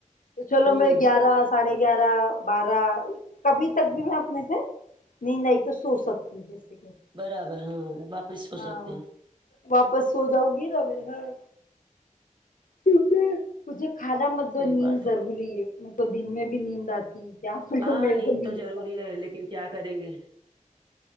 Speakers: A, on the left; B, on the right.
A: تو چلو
B: ہوں
A: میں گیارہ ساڑھے گیارہ بارہ کبھی تک بھی میں اپنے سے نیند آئی تو سو سکتی ہوں
B: برابر ہاں واپس ہو
A: ہاں
B: سکتے ہیں
A: واپس سو جاؤں گی نا میں گھر کیونکہ مجھے کھانا مت دو
B: صحیح
A: نیند
B: بات
A: ضروری
B: ہے
A: ہے میں تو دن میں بھی نیند آتی کیا بولوں
B: ہاں
A: میرے
B: نیند
A: کو
B: تو ضروری
A: کا
B: ہے لیکن کیا کریں گے